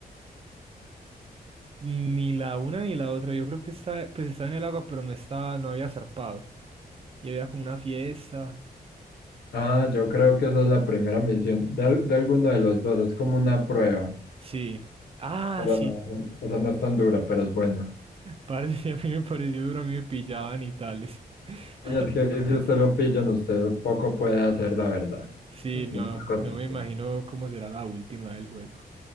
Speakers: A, on the right; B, on the left.
A: Hmm, Ni la una ni la otra. Yo creo que está, pues estaba en el agua, pero no estaba, no había zarpado. Y había como una fiesta.
B: Ah, yo creo que esa es la primera misión de, al- de alguno de los dos, es como una prueba.
A: Sí. Ah,
B: Pero
A: sí.
B: no, eso eso no es tan dura, pero es bueno.
A: Parce, <laughs> a mí me pareció duro, a mí me pillaban y tales. <laughs>
B: Y es que si usted lo pillan, usted poco puede hacer, la verdad.
A: Sí,
B: Es
A: no,
B: una cosa
A: no
B: así.
A: me imagino cómo será la última del juego.